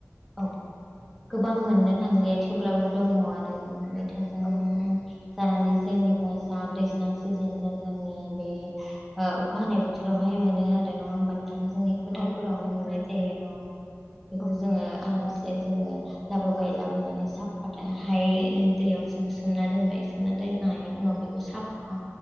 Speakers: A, in the centre; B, on the left.
A: औ गोबां मोननो थांलिया थेवब्लाबो दङ आरो उम जों
B: औ औ
A: जानानै जोंनिबा जा दैज्लां सिजेन जा जोंनि बे ओ अखा हानाय बोथोरावहाय मोनो आरो नो नङा होनबा नोंथां जोंनि फोथारफोरावनो
B: औ औ
A: मोननाय जायो औ बेखौ
B: औ
A: जोङो आरमसे जोङो लाबोबाय लाबोनानै साफाथहाय दैयाव जों सोमना दोनबाय सोमना दोन खांनायनि उनाव बेखौ साफा